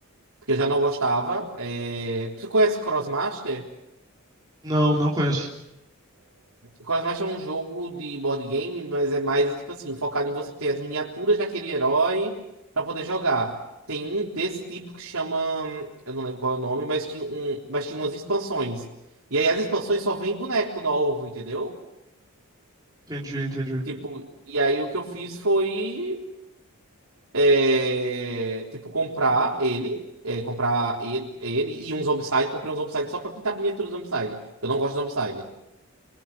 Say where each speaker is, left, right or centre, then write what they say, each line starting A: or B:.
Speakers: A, on the right (about 75°); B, on the right (about 20°).
A: porque eu já não gostava. É... Tu conhece Crossmaster?
B: Não, não conheço.
A: Crossmaster é um jogo de board game, mas é mais tipo assim, focado em você ter as miniaturas daquele herói pra poder jogar. Tem um desse tipo que chama, eu não lembro qual é o nome, mas tinha um, mas tinha umas expansões. E aí as expansões só vêm boneco novo, entendeu?
B: Entendi, entendi.
A: Tipo, e aí o que eu fiz foi é, tipo, comprar ele, é, comprar ele, ele e uns Zombicide. Comprei uns Zombicide só pra pintar a miniatura do Zombicide. Eu não gosto de Zombicide.